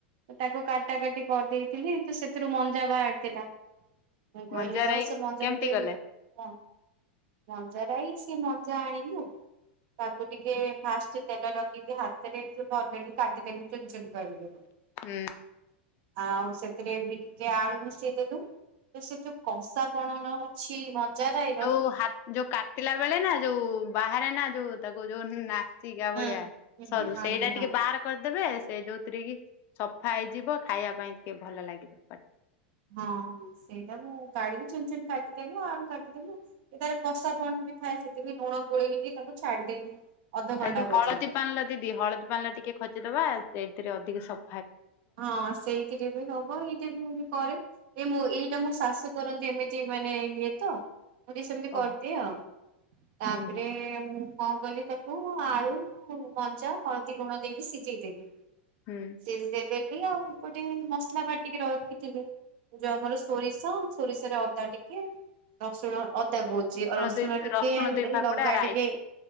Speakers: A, on the right (about 60°); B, on the left (about 40°).
A: ତାକୁ କାଟା କାଟି କରିଦେଇଥିଲି ତ ସେଥିରୁ ମଞ୍ଜା ବାହାରିଥିଲା। ମୁଁ କହିଲି
B: ମଞ୍ଜା
A: ଆଉ
B: ରାଇ
A: ସେ ମଞ୍ଜା
B: କେମିତି
A: ରୁ ଟିକେ
B: କଲେ?
A: କ ମଞ୍ଜାରାଇ ସେ ମଞ୍ଜା ଆଣିଲୁ ତାକୁ ଟିକେ ଫାଷ୍ଟ ତେଲ ଲଗିକି ହାତରେ ଟିକେ ଭଲକି କାଟି ଦେଲି ଚୁନ ଚୁନ କରିକି।
B: ହୁଁ
A: ଆଉ ସେଥିରେ ବି ଟିକେ ଆଳୁ ମିଶେଇଦଲୁ ତ ସେ ଯୋଉ କଂସା <unintelligible> ଅଛି ମ <unintelligible>
B: କୁ ହାତ ଯୋଉ କାଟିଲା ବେଳେ ନା ଯୋଉ ବାହାରେ ନା ଯୋଉ ତାକୁ ଯୋନ ନା ସିଗା
A: ହୁଁ।
B: ଭଳିଆ
A: ହୁଁ
B: ସରୁ ସେଇଟା
A: ଆଜ୍ଞା
B: ଟିକେ
A: ହଁ
B: ବାହାର କରିଦେବେ। ସେ ଯୋଉଥିରେ କି ସଫା ହେଇଯିବ ଖାଇବା ପାଇଁ। ଟିକେ ଭଲ ଲାଗିବ ପାଟି
A: ହଁ ହଁ ସେଇଟା ମୁଁ କାଢିକି ଚୁନ ଚୁନ କାଟିଦେବ ଆଉ କାଟିଦେଲୁ ଏ ତାର କଷା ପଣ୍ଡ ବି ଥାଏ ସେଥିି ଲୁଣ ଗୋଳେଇକ ତାକୁ ଛାଡିଦେବି। ଅଧଘଣ୍ଟା
B: ତା ଦି
A: ପର୍ଯ୍ୟନ୍ତ
B: ହଳଦୀ ପାଣି ଦିଦି ହଳଦୀ ପାଣିରେ ଟିକେ ଖଜିଦବା। ସେଇଥିରେ ଅଧିକ ଶ
A: ହଁ ସେଇଥିରେ ବି ହବ ଏଇଟା ବି ମୁଁ କରେ ଏ ମଁ ଏଇଟା ମୋ ଶାଶୁ କରନ୍ତି ଏମିତି ମାନେ ଇଏ ତ? ମୁଁ ବି ସେମିତି
B: ଓହୋ
A: କରିଦିଏ ଆଉ ତାପରେ
B: ହୁଁ ହୁଁ
A: ମୁଁ କଣ କହିଲେ ତାକୁ ଆଳୁ ମଞା ହଳଦୀ ଲୁଣ ଦେଇକି ସିଝେଇ ଦେବି। ସେ
B: ହୁଁ
A: ଯଦିଦେବେ ବି ଆଉ ଗୋଟେ ମସଲା ବାଟ ଟିକେ ରଖିଥିଲି ଯୋଉ ଆମର ସୋରିଷ ସୋରିଷରେ ଅଦା ଟିକେ ରସୁଣ ଅଦା କହୁଚି ରସୁଣ
B: ଦୁଇ
A: ଟିକେ
B: ରସୁଣ
A: ହେଲେ
B: ଦୁଇ ଫାକୁଡା
A: ଲଙ୍କା
B: ରାଇ
A: ଟିକେ